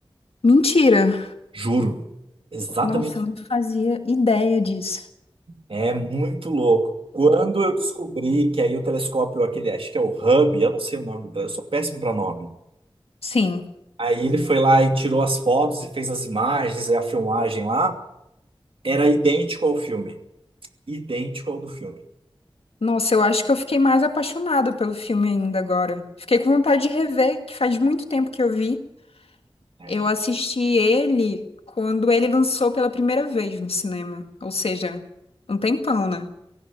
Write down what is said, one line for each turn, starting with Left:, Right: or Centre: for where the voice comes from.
Left: Mentira.
Right: Juro. Exatamente.
Left: Nossa, eu não fazia ideia disso.
Right: É muito louco. Quando eu descobri que aí o telescópio, aquele, acho que é o Hubble, eu não sei o nome do telescópio, eu sou péssimo para nome.
Left: Sim.
Right: Aí ele foi lá e tirou as fotos e fez as imagens, a filmagem lá, era idêntico ao filme. Idêntico ao do filme.
Left: Nossa, eu acho que eu fiquei mais apaixonada pelo filme ainda agora. Fiquei com vontade de rever, que faz muito tempo que eu vi.
Right: É,
Left: Eu assisti ele quando ele lançou pela primeira vez no cinema. Ou seja, um tempão, né?